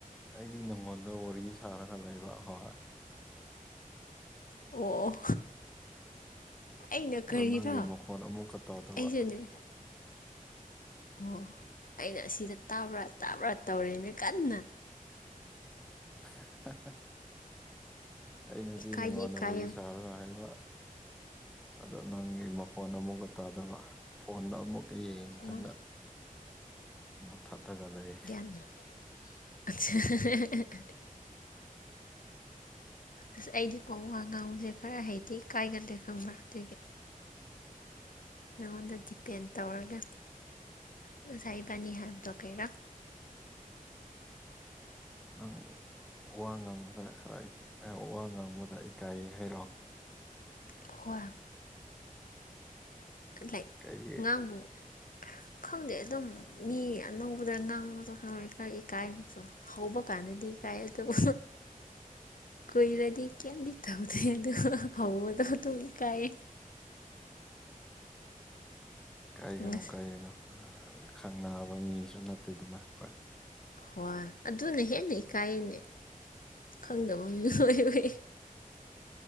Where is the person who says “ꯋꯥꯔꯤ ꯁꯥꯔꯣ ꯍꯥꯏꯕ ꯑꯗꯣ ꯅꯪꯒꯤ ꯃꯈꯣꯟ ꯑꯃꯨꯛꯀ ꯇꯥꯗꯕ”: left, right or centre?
Centre